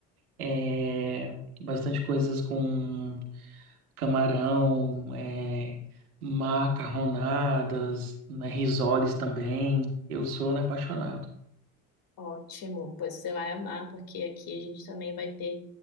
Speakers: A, on the right; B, on the left.
A: é, bastante coisas com camarão, é, macarronadas, né, risoles também. Eu sou né, apaixonado.
B: Ótimo, pois você vai amar, porque aqui a gente também vai ter